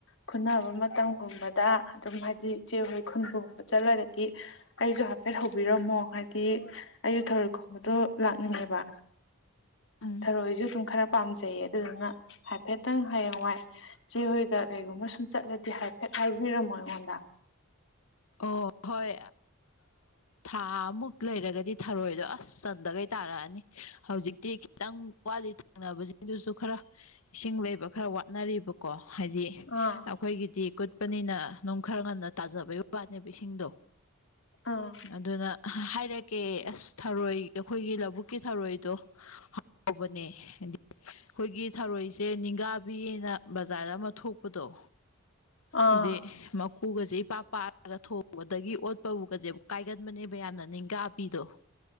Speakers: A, on the left (about 55°); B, on the left (about 80°).
A: ꯈꯨꯠꯅꯕ ꯃꯇꯝꯒꯨꯝꯕꯗ ꯑꯗꯨꯝ ꯍꯥꯏꯗꯤ ꯏꯆꯦ ꯍꯣꯏ ꯈꯨꯟꯕꯒꯨꯝꯕ ꯆꯠꯂꯒꯗꯤ ꯑꯩꯁꯨ ꯍꯥꯏꯐꯦꯠ ꯍꯧꯕꯤꯔꯝꯃꯣ ꯍꯥꯏꯗꯤ ꯑꯩꯁꯨ ꯊꯥꯔꯣꯏ ꯈꯨꯝꯕꯗꯣ ꯂꯥꯛꯅꯤꯡꯉꯦꯕ
B: ꯎꯝ
A: ꯊꯔꯣꯏꯁꯨ ꯑꯗꯨꯝ ꯈꯔ ꯄꯥꯝꯖꯩꯌꯦ ꯑꯗꯨꯗꯨꯅ ꯍꯥꯏꯐꯦꯠꯇꯪ ꯍꯌꯦꯡꯋꯥꯏ ꯆꯦ ꯍꯣꯏꯒ ꯀꯩꯒꯨꯝꯕ ꯁꯨꯝ ꯆꯠꯂꯗꯤ ꯍꯥꯏꯐꯦꯠ ꯍꯥꯏꯕꯤꯔꯝꯃꯣ ꯑꯩꯉꯣꯟꯗ
B: ꯑꯣ ꯍꯣꯏ ꯊꯥꯃꯨꯛ ꯂꯩꯔꯒꯗꯤ ꯊꯥꯔꯣꯏꯗꯣ ꯑꯁ ꯆꯟꯗꯈꯩ ꯇꯥꯔꯛꯑꯅꯤ ꯍꯧꯖꯤꯛꯇꯤ ꯈꯤꯇꯪ ꯋꯥꯠꯂꯤ ꯊꯪꯅꯕꯁꯤꯡꯗꯨꯁꯨ ꯈꯔ ꯏꯁꯤꯡ ꯂꯩꯕ ꯈꯔ ꯋꯥꯠꯅꯔꯤꯕꯀꯣ ꯍꯥꯏꯗꯤ
A: ꯑ
B: ꯑꯩꯈꯣꯏꯒꯤꯗꯤ ꯀꯨꯠꯄꯅꯤꯅ ꯑꯗꯨꯝ ꯈꯔ ꯉꯟꯅ ꯇꯥꯖꯕꯒꯤ ꯋꯥꯅꯦꯕ ꯏꯁꯤꯡꯗꯣ
A: ꯑꯥ
B: ꯑꯗꯨꯅ ꯍꯥꯏꯔꯛꯀꯦ ꯑꯁ ꯊꯔꯣꯏ ꯑꯩꯈꯣꯏꯒꯤ ꯂꯧ ꯕꯨꯛꯀꯤ ꯊꯔꯣꯏꯗꯣ ꯍꯥꯎꯕꯅꯦ ꯍꯥꯏ ꯑꯩꯈꯣꯏꯒꯤ ꯊꯔꯣꯏ ꯁꯦ ꯅꯤꯡꯒꯥꯕꯤꯌꯦꯅ ꯕꯖꯥꯔꯗ ꯑꯃ ꯊꯣꯛꯄꯗꯣ
A: ꯑꯥ
B: ꯑꯗꯨꯗꯤ ꯀꯨꯒꯁꯦ ꯏꯄꯥ ꯄꯥꯔꯒꯥ ꯒ ꯊꯣꯡꯕꯗꯒꯤ ꯑꯣꯠꯄꯕꯨꯒꯁꯦ ꯀꯥꯏꯒꯟꯕꯅꯦꯕ ꯌꯥꯝꯅ ꯅꯤꯡꯒꯥꯄꯤꯗꯣ